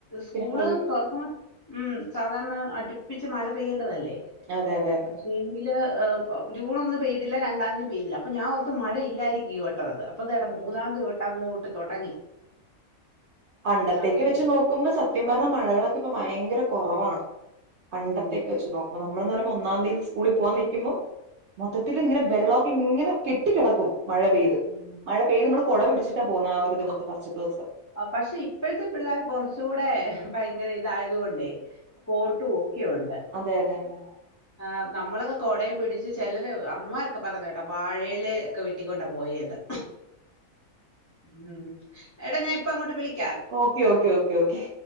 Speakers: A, on the left; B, on the right.
A: സ്കൂള്
B: പിന്നെ കോഴി
A: തൊർക്കുമ്പ ഉം സാധാരണ അടിപ്പി മഴ പെയ്യേണ്ടതല്ലേ
B: അതെ അതെ അതെ
A: പക്ഷേങ്കില് ജൂണൊന്നും പെയ്തില്ല രണ്ടാതീം പെയ്തില്ല അപ്പം ഞാൻ ഓർത്ത് മഴയില്ലായിരിക്കീ വട്ടോ ത് അപ്പൊ ദേണ്ടേ
B: അതെ
A: മൂന്നാന്തീ തോട്ട് അങ്ങോട്ട് തൊടങ്ങി
B: പണ്ടത്തേക്കെ
A: ഉം അങ്ങനെ
B: വെച്ച് നോക്കുമ്പ സത്യം പർഞ്ഞ മഴകളൊക്കെപ്പ ഭയ്ങ്കര കൊറവാണ് പണ്ടത്തേക്ക്
A: ഉം.
B: വെച്ചു നോക്ക നമ്മളന്ന് പറയുമ്പോ ഒന്നാം തീയതി സ്കൂളിൽ പോവാൻ നിക്കുമ്പം മൊത്തത്തിൽ ഇങ്ങനെ വെള്ളൊക്കെ ഇങ്ങനെ കെട്ടി കിടക്കും മഴ പെയ്ത്
A: ഉം.
B: മഴ പെയ്ത് മ്മള് കൊടപിടിച്ചിട്ടാ പൊന്നേ ആ ഒരു ദിവസം ഫസ്സ്റ്റിത്തൂസം
A: പക്ഷെ ഇപ്പോഴത്തെ പിള്ളാര് കുറച്ചുകൂടെ ഭയങ്കര ഇതായതുകൊണ്ടേ കോട്ടും ഒക്കെയുണ്ട്
B: അതെ അതെ അതെ
A: ആ നമ്മളൊക്കെ കൊടയും പിടിച്ച് ചെലര് അമ്മാരൊക്കെ പറേന്നയ കേട്ടാ വാഴയിലെ ഒക്കെ വെട്ടിക്കൊണ്ടാ പോയേന്ന് ഉം എടാ ഞാൻ ഇപ്പ അങ്ങോട്ട് വിളി
B: ഓക്കേ ഓക്കേ ഓക്കെ ഓക്കേ